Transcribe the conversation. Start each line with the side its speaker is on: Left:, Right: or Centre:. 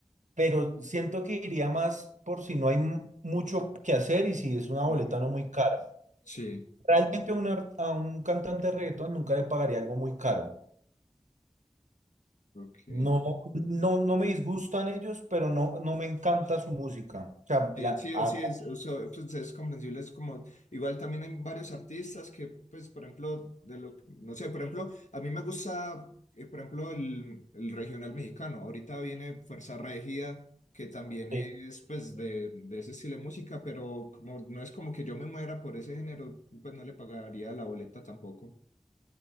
Right: pero siento que iría más por si no hay m- mucho que hacer y si es una boleta
Left: Ujú.
Right: no muy cara.
Left: Sí,
Right: Realmente a, un ar- a un cantante de reggaetón nunca le pagaría algo muy caro.
Left: ok.
Right: No, no, no me disgustan ellos, pero no, no me encanta su música. O sea,
Left: Sí,
Right: la,
Left: sí,
Right: a-
Left: sí, es, o sea, pues, es comprensible, es como, igual también hay varios artistas que, pues, por ejemplo, de lo, que- no sé, por ejemplo, a mí me gusta, eh, por ejemplo, el, el regional mexicano, ahorita viene Fuerza Regida, que también
Right: sí,
Left: es, pues, de, de ese estilo de música, pero como no es como que yo me muera por ese género, pues no le pagaría la boleta tampoco.